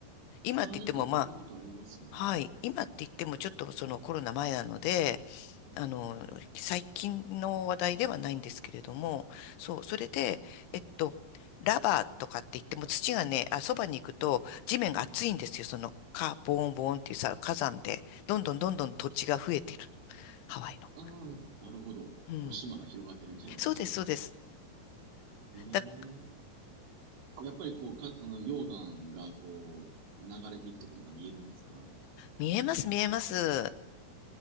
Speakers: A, on the left; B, on the right.
A: 今って言ってもまあ、
B: ああ、なんか聞いたことありますね。
A: はい。今って言ってもちょっとそのコロナ前なので、あの、最近の話題ではないんですけれども、そう、それで、えっと、ラバーとかって言っても土がね、あ、そばに行くと地面が熱いんですよ。そのカボーンボーンっていうさ、火山で、どんどんどんどん土地が増えてる。ハワイの。
B: ああ、なるほど。
A: うん。
B: こう、島が広がってるみたいな感じなんでしょうかね。
A: そうです、そうです。
B: へ
A: だ、
B: え。こうやっぱりこう、か、あの、溶岩がこう、流れていくとことか見えるんですか
A: 見えます、見えます。